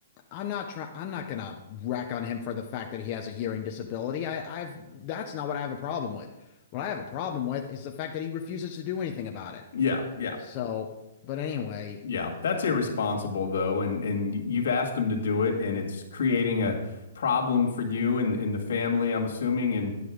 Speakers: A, on the left; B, on the left.
A: I'm not trying. I'm not gonna rack on him for the fact that he has a hearing disability. I, I've that's not what I have a problem with. What I have a problem with is the fact that he refuses to do anything about it.
B: Yeah, yeah.
A: So, but anyway,
B: Yeah. That's irresponsible
A: th-
B: though and and y- you've asked them to do it and it's creating a problem for you and and the family, I'm assuming and